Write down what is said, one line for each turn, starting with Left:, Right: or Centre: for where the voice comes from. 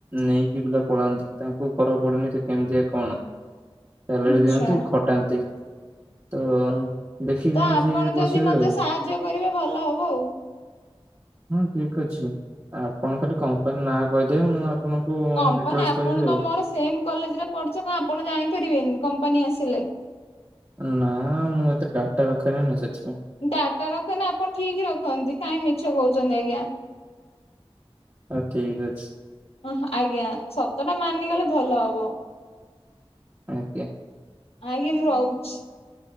Right: ନେଇକି ପିଲା ପଳାନ୍ତି। ତାଙ୍କୁ କରକୁ ପଡୁନି ସେ କେମିତିଆ କଣ ସାଲାରୀ
Left: ଆଚ୍ଛା।
Right: ଦିଅନ୍ତି ଖଟାନ୍ତି। ତ। ଦେଖି
Left: ତ
Right: ଚାହିଁ
Left: ଆପଣ
Right: ଯିଏ
Left: ଯଦି
Right: ବସିବେ
Left: ମତେ
Right: ଆଉ।
Left: ସାହାଯ୍ୟ କରିବେ ଭଲ ହବ ଆଉ।
Right: ହଁ ଠିକ ଅଛି ଆପଣ ଖାଲି କମ୍ପାନୀ ନାଁ କହିଦେବେ ମୁଁ ଆପଣଙ୍କୁ
Left: କମ୍ପାନୀ
Right: ଡିଟେଲସ। କହିବି
Left: ଆପଣ
Right: ଆଉ।
Left: ତ ମୋର ସେମ କଲେଜ ରେ ପଢିଛ ତ ଆପଣ ଜାଣିପାରିବେନି କମ୍ପାନୀ ଆସିଲେ।
Right: ନା ମୁଁ ଏତେ ଡାଟା ରଖେନି <unintelligible>
Left: ଡାଟା ରଖେ ନା ଆପଣ ଠିକ ରଖନ୍ତି କାଇ ମିଛ କହୁଛନ୍ତି ଆଜ୍ଞା।
Right: ହଉ ଠିକ୍ ଅଛି।
Left: ଓ ଆଜ୍ଞା ସତଟା ମାନିଗଲେ ଭଲ ହବ।
Right: ଆଜ୍ଞା।
Left: ଆଜ୍ଞା ମୁଁ ରହୁଛି।